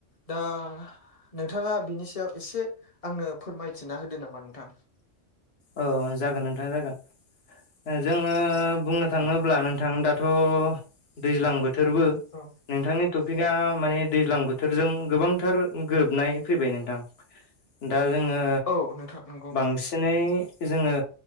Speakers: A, on the left; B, on the left.
A: दा नोंथाङा बिनि सायाव इसे आंनो फोरमायथिना होदो नामा नोंथां?
B: औ जागोन नोंथां जागोन। जोङो बुंनो थाङोब्ला
A: औ
B: नोंथां दाथ' दैज्लां बोथोरबो
A: औ।
B: नोंथांनि टपिकआ माने दैज्लां बोथोरजों गोबांथार गोरोबनाय फैबाय नोंथां। दा जोङो
A: औ नोंथां नंगौ नोंथां
B: बांसिनै जोङो